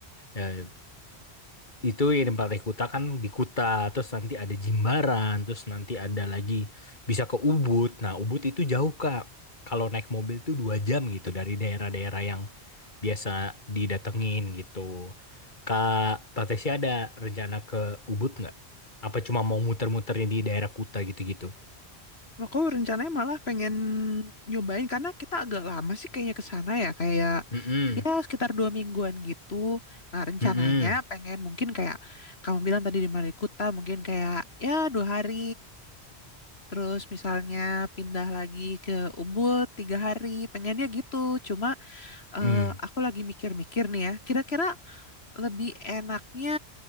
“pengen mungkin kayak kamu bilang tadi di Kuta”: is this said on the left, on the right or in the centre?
Left